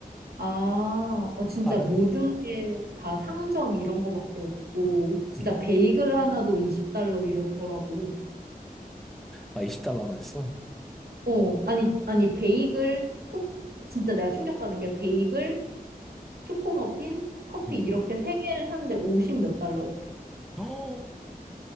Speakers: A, on the right (about 80°); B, in the centre.
A: 아, 어, 진짜
B: 다른,
A: 모든 게 다 상점 이런 거밖에 없고, 진짜
B: 음,
A: 베이글
B: 음.
A: 하나도 20달러 이렇더라고.
B: 아, 20달러나 했어?
A: 어, 아니, 아니, 베이글, 쿠, 진짜 내가 충격받은 게 베이글, 초코 머핀, 커피
B: 음.
A: 이렇게 세 개를 샀는데 50 몇 달러였어.
B: <gasps> 헉!